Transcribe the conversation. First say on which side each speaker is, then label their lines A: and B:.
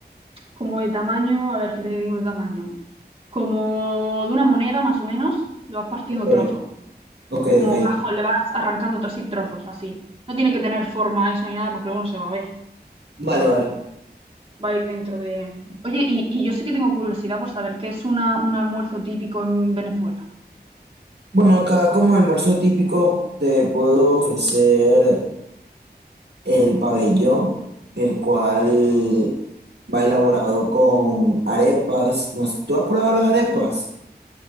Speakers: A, on the right (about 30°); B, on the right (about 75°).
A: como de tamaño, a ver qué te digo de tamaño. Como de una moneda más o menos, lo vas partiendo
B: Ok,
A: trozos.
B: ok,
A: como
B: ok.
A: gajo, le vas arrancando así trozos, así. No tiene que tener forma eso ni nada porque luego no se va a ver.
B: Vale,
A: Va,
B: vale.
A: va a ir dentro de... Oye, y, y yo sí que tengo curiosidad por saber qué es una, un almuerzo típico en Venezuela.
B: Bueno, acá como almuerzo típico te puedo ofrecer. el pabellón, el cual va elaborado
A: A ver, Yo
B: con arepas. No sé, ¿Tú has probado las arepas?